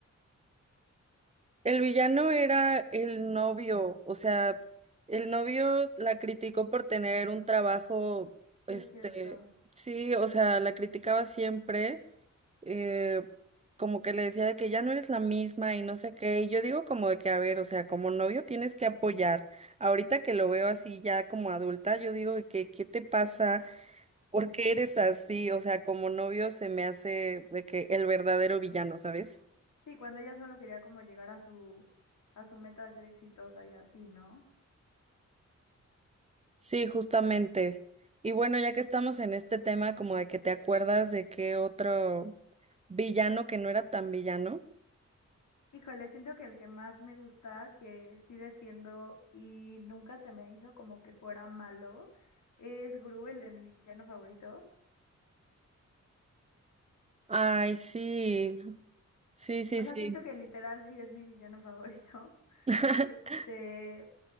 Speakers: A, on the right; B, on the left.
A: El villano era el novio, o sea, el novio la criticó por tener un trabajo,
B: Sí,
A: este,
B: es cierto.
A: sí, o sea, la criticaba siempre, eh, como que le decía de que ya no eres la misma y no sé qué, y yo digo como de que, a ver, o sea, como novio tienes que apoyar. Ahorita que lo veo así ya como adulta, yo digo de que, ¿qué te pasa? ¿Por qué eres así? O sea, como novio se me hace de que el verdadero villano, ¿sabes?
B: Sí, cuando ella solo quería como llegar a su, a su meta de ser exitosa y así, ¿no?
A: Sí, justamente. Y bueno, ya que estamos en este tema, como de que te acuerdas de qué otro villano que no era tan villano.
B: Híjole, siento que el que más me gusta, que sí defiendo y nunca se me hizo como que fuera malo, es Gru, el de mi villano favorito.
A: Ay, sí, sí, sí,
B: O sea,
A: sí.
B: siento que literal sí es mi villano favorito.
A: <laughs>
B: <laughs> Este,